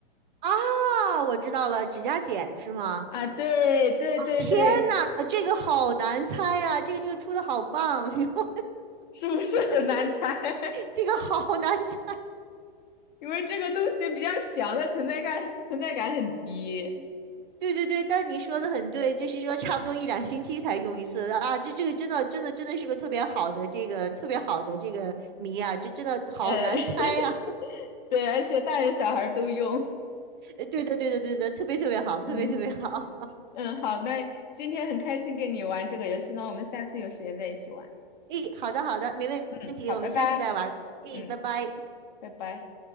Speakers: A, on the right; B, on the left.
A: 啊，我知道了，指甲剪是吗？
B: <laughs> 啊，对对对对，
A: 天哪，这个好难猜啊！这个这个出的好棒，<laughs>
B: 是不是很难猜？<laughs>
A: 这个好难猜。
B: 因为这个东西比较小，它存在感存在感很低，
A: 对对对，但你说的很对，就是说差不多一两星期才用一次啊。这这个真的真的真的是个特别好的这个特别好的这个谜啊，这真的好难猜啊。
B: 呃，<laughs> 对，而且大人小孩儿都用，
A: <laughs> 呃对的对的对的，特别特别好，特别特别好。
B: 嗯嗯，好，那今天很开心跟你玩这个游戏，那我们下次有时间再一起玩，
A: 诶，好的好的，没问题，
B: 嗯，好，
A: 我们下次再玩。
B: 拜拜。
A: 诶，
B: 嗯，
A: 拜拜。
B: 拜拜。